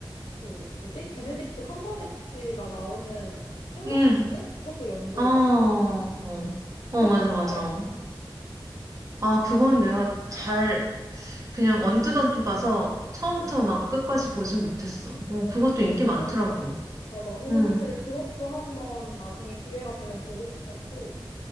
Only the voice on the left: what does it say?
그 뭐지? 베네딕트 컴버배치가 나오는 셜록
홈즈? 그것도 영드
맞지? 그것도
좋아해?
응.
아,
맞아. 그래서
사실 그것도 한번 나중에 기회가 되면 보고 싶었고,